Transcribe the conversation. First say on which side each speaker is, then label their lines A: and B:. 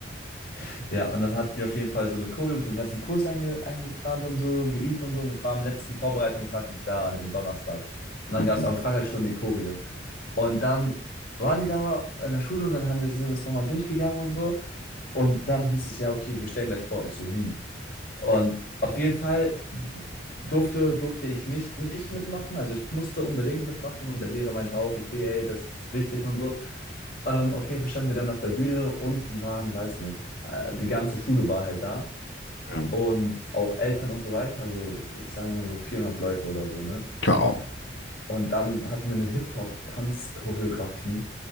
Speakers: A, on the left; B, on the left.
A: <laughs> ja, und dann hatten wir auf jeden Fall so eine Choreo mit dem ganzen Kurs einge, eingeplant und so, geübt und so. Und ich war am letzten Vorbereitungstag nicht da, an dem Donnerstag. Und dann
B: Okay.
A: gab es am Freitag schon die Choreo. Und dann waren die da in der Schule und dann haben wir, sind wir es nochmal durchgegangen und so. Und dann hieß es, ja, okay, wir stellen gleich vor. Ich so, wie? Und auf jeden Fall durfte, durfte ich nicht, nicht mitmachen. Also ich musste unbedingt mitmachen und der Lehrer meinte auch, okay, ey, das ist wichtig und so. Ähm, auf jeden Fall standen wir dann auf der Bühne, unten waren, weiß nicht, äh, die ganze Schule war halt da
B: Ja.
A: und auch Eltern und so weiter, also ich sage mal so 400 Leute oder so, ne?
B: Ciao.
A: Und dann hatten wir eine Hip-Hop-Tanz-Choreografie